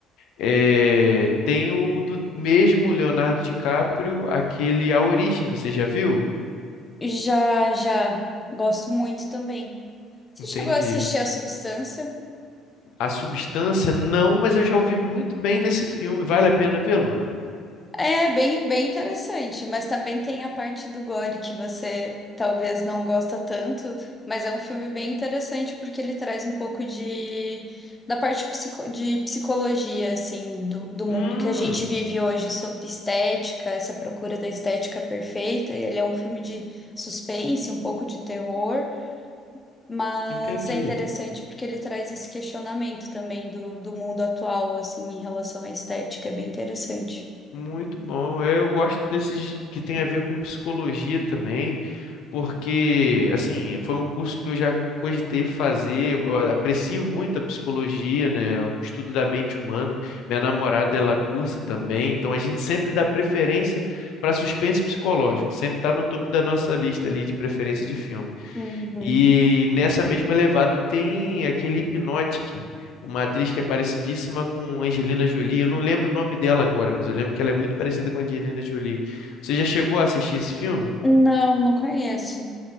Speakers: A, on the left (about 75°); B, on the left (about 15°).
A: é, tem o do mesmo Leonardo DiCaprio, aquele A Origem, você já viu?
B: já, já gosto muito também. Você
A: Entendi.
B: chegou a assistir A Substância?
A: A Substância, não, mas eu já ouvi muito bem desse filme. Vale a pena ver, Luana?
B: É bem, bem interessante, mas também tem a parte do gore que você talvez não gosta tanto, mas é um filme bem interessante porque ele traz um pouco de da parte psico, de psicologia assim do, do mundo
A: Hum,
B: que a gente vive hoje sobre estética, essa procura da estética perfeita. Ele é um filme de suspense, um pouco de terror, mas
A: entendi.
B: é interessante porque ele traz esse questionamento também do, do mundo atual assim em relação à estética, é bem interessante.
A: Muito bom. É, Eu gosto desses que tem a ver com psicologia também, porque, assim, foi um curso que eu já cogitei fazer. Eu eu aprecio muito a psicologia, né? O estudo da mente humana. Minha namorada, ela cursa também, então a gente sempre dá preferência para suspense psicológico, sempre está no topo da nossa lista ali de preferência de filme.
B: Uhum.
A: E nessa mesma levada tem aquele Hypnotic, uma atriz que é parecidíssima com Angelina Jolie. Eu não lembro o nome dela agora, mas eu lembro que ela é muito parecida com Angelina Jolie. Você já chegou a assistir esse filme?
B: Não, não conheço.